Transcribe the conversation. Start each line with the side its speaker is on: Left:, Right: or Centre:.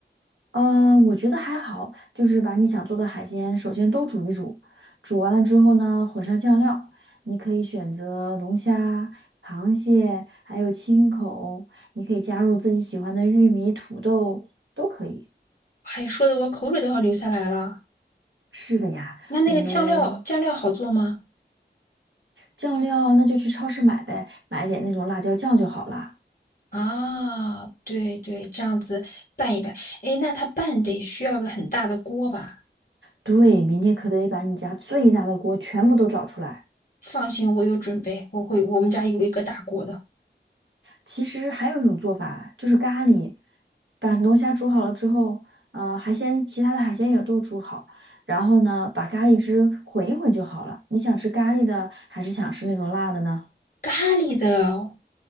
Right: 呃，我觉得还好，就是把你想做的海鲜首先都煮一煮，煮完了之后呢，混上酱料，你可以选择龙虾、螃蟹，还有青口，你可以加入自己喜欢的玉米、土豆，都可以。
Left: 哎，说的我口水都要流下来了。
Right: 是的呀，
Left: 那那个酱料酱料好做吗？
Right: 我们酱料那就去超市买呗，买一点那种辣椒酱就好啦。
Left: 啊，对对，这样子拌一拌。哎，那它拌得需要个很大的锅吧？
Right: 对，明天可不可以把你家最大的锅全部都找出来？
Left: 放心，我有准备，我会，我们家有一个大锅的。
Right: 其实还有一种做法，就是咖喱，把龙虾煮好了之后，呃，海鲜其他的海鲜也都煮好，然后呢，把咖喱汁混一混就好了。你想吃咖喱的，还是想吃那种辣的呢？
Left: 咖喱的，